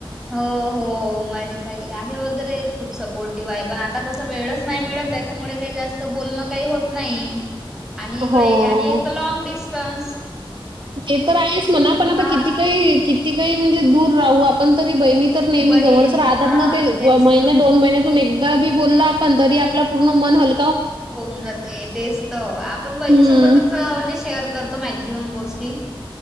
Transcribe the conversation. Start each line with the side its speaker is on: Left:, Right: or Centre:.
Centre: हो हो माझी ताई आहे वगैरे खूप सपोर्टिव्ह आहे पण आता कसं वेळच नाही मिळत? त्याच्यामुळे काही जास्त बोलणं काही होत नाही. आणि
Right: हो.
Centre: इकडे आणि एक तर लँंग डिस्टन्स
Right: ते तर आहेच म्हणा पण
Centre: हा
Right: आता किती काही किती काही म्हणजे दूर राहू आपण तरी बहिणी नेहमी
Centre: बहीण
Right: जव राात
Centre: हा
Right: ना
Centre: तेच
Right: म्या
Centre: ना
Right: दोन म एक बी बोलल आपण तरी आपला पूर्ण मन हल
Centre: होऊन जाते तेच तर आपण बहिणीसोबतच
Right: हं.
Centre: म्हणजे शेअर करतो मॅक्झिमम गोष्टी